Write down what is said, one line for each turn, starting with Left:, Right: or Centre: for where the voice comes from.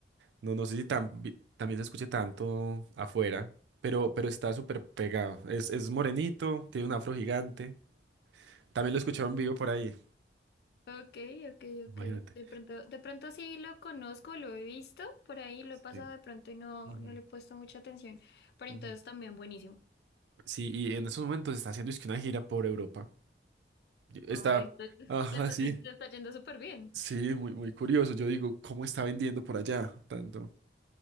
Right: No, no sé si tan, también se escuche tanto afuera, pero, pero está súper pegado. Es, es morenito, tiene un afro gigante. También lo escuchaba en vivo por ahí,
Left: Ok, ok, ok.
Right: imagínate.
Left: De pronto, de pronto sí lo conozco, lo he visto por ahí, lo he pasado
Right: Sí.
Left: de pronto y no,
Right: Ujú,
Left: no le he puesto mucha atención. Pero
Right: ujú.
Left: entonces también buenísimo.
Right: Sí, y en esos momentos está haciendo es que una gira por Europa. Yo- Está,
Left: No, esto-
Right: ajá,
Left: le está,
Right: sí,
Left: le está yendo súper bien.
Right: sí, muy, muy curioso. Yo digo, ¿cómo está vendiendo por allá tanto?